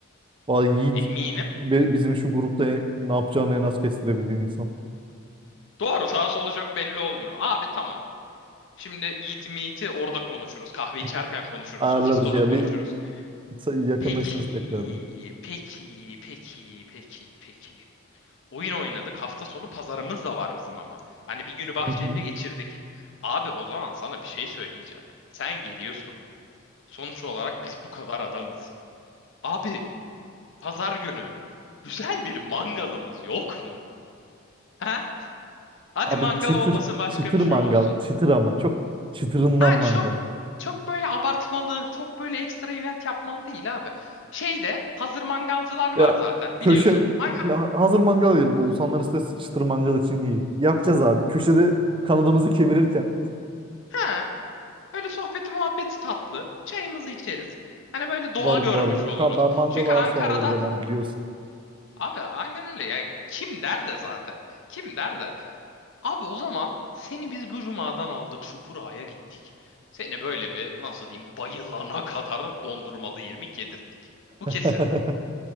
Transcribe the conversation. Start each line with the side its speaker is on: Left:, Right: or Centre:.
Right: Vallahi Yiğit
Left: Eminim.
Right: be- bizim şu grupta e- ne yapacağını en az kestirebildiğim insan.
Left: Doğru sağ solu çok belli olmuyor. Abi tamam. Şimdi Yiğit Meet'i orada konuşuruz. Kahve içerken
Right: Hı hı.
Left: konuşuruz.
Right: Ayarlarız
Left: Sofisto'da
Right: ya
Left: konuşuruz.
Right: bir t- yakınlaşırız
Left: Peki,
Right: tekrardan.
Left: peki, peki, peki, peki. Oyun oynadık. Hafta sonu pazarımız da var bizim ama. Hani bir günü Bahçeli'de
Right: Hı hı.
Left: geçirdik. Abi o zaman sana bir şey söyleyeceğim. Sen geliyorsun. Sonuç olarak biz bu kadar adamız. Abi pazar günü güzel bir mangalımız yok mu? Ha? Hadi
Right: Abi
Left: mangal
Right: çıtır,
Left: olmasın başka
Right: çıtır
Left: bir şey
Right: mangal,
Left: olsun.
Right: çıtır ama çok çıtırından
Left: Yani
Right: mangal.
Left: çok çok böyle abartmalı, çok böyle ekstra event yapmalı değil abi. Şeyde hazır mangalcılar var
Right: Ya
Left: zaten
Right: köşe,
Left: biliyorsun. Mangal,
Right: ya hazır mangal yedik. Oğuzhanlar istese çıtır mangal için iyi. Yapacağız abi. Köşede kanadımızı kemirirken
Left: ha, böyle sohbeti muhabbeti tatlı. Çayımızı içeriz. Hani böyle doğa
Right: varım
Left: görmüş
Right: varım.
Left: oluruz.
Right: Ka- Ben mangala
Left: Çünkü Ankara'da
Right: asla hayır demem biliyorsun.
Left: abi aynen öyle. Yani kim der de zaten. Kim der de. Abi o zaman seni biz bu cumadan aldık Şukura'ya gittik. Seni böyle bir nasıl diyeyim bayılana kadar dondurmalı irmik yedirttik.
Right: <laughs>
Left: Bu kesin.